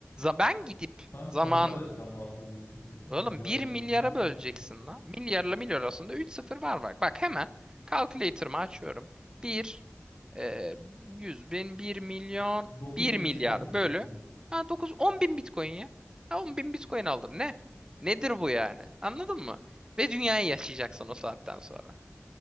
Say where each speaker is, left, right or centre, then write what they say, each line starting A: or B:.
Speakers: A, on the right; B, on the left.
A: Ben gidip
B: Sen
A: zamanında.
B: kaç adetten bahsediyorsun peki?
A: Oğlum
B: Milyar
A: bir
B: ve
A: milyara
B: milyon arasında
A: böleceksin
B: kim var?
A: la. Milyarla milyar arasında 3 sıfır var bak. Bak hemen calculator'ımı açıyorum. Bir. e, 100 bin bir milyon
B: 9800
A: bir milyar bölü
B: Bitcoin.
A: ha dokuz 10 bin Bitcoin ya. Ha 10 bin Bitcoin aldın ne? Nedir bu yani? Anladın mı? Ve dünyayı yaşayacaksın o saatten sonra.